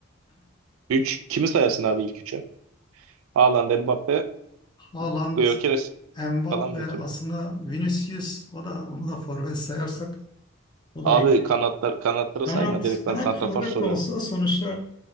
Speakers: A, on the right (about 80°); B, on the left (about 20°).
A: üç kimi sayarsın abi ilk 3'e? Haaland, Mbappe,
B: Haaland,
A: Gyökeres
B: Mbappe
A: falan mı kim?
B: aslında Vinicius o da onu da forvet sayarsak o da
A: Abi
B: iyi.
A: kanatlar kanatlara
B: Kanat
A: sayma direkt
B: kanat
A: ben santrafor
B: forvet
A: soruyorum.
B: de olsa sonuçta